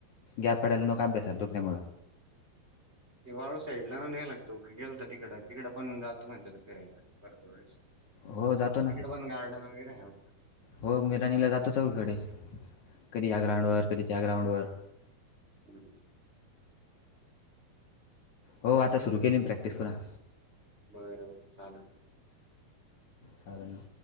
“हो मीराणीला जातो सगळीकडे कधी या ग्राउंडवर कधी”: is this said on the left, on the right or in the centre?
Left